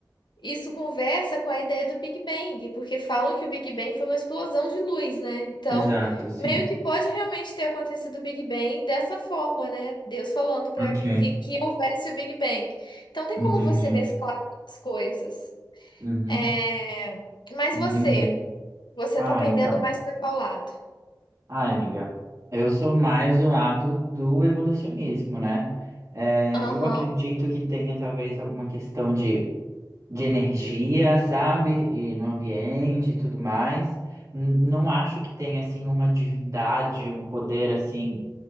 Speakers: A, on the left; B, on the right.
A: isso conversa com a ideia do Big Bang, porque falam que o Big Bang foi uma explosão de luz, né? Então,
B: Exato, sim.
A: meio que pode realmente ter acontecido o Big Bang dessa forma, né? Deus falando para
B: Ok,
A: que, que houvesse o Big Bang. Então, tem
B: entendi.
A: como você mesclar as coisas.
B: Uhum,
A: É, Mas
B: entendi.
A: você, você
B: Ah,
A: tá pendendo
B: então.
A: mais para qual lado?
B: Ah, amiga, eu sou mais do lado do evolucionismo, né? É,
A: Aham,
B: eu acredito que tenha talvez alguma questão de, de energia, sabe? E no ambiente e tudo mais. N- Não acho que tenha, assim, uma divindade, um poder, assim.